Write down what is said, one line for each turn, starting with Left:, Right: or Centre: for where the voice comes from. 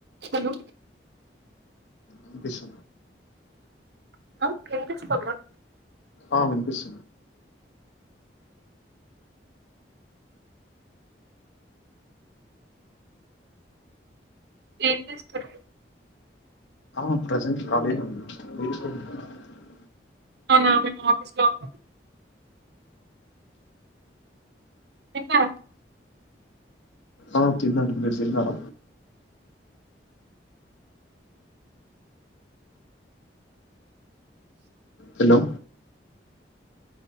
Right: Hello
Left: వినిపిస్
Right: ఆ వినిపిస్తోందా
Left: ఆ వినుపిస్
Right: ఇన్పిస్తోంది
Left: ఆ ప్రెజెంట్ కాలీ నే ఉన్నా మీరు <unintelligible>
Right: అవునా మేము ఆఫీస్లో ఉన్నాం తిన్నా
Left: ఆ తిన్నాను మీరు దిన్నార హలో